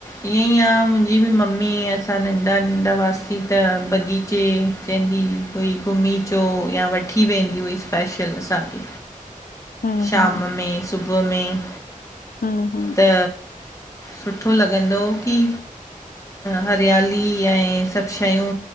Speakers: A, on the left; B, on the left.
A: ईअं ई आह मुंहिंजी बि मम्मी, असां नंढा नंढा हुआसीं त बग़ीचे चईंदी हुई कोई घुमी चो, या वठी वेंदी हुई स्पेशल असांखें
B: हम्म
A: शाम
B: हम्म
A: में, सुबुह में,
B: हा
A: त, सुठो लॻंदो हो की हरियाली ऐं सभ शयूं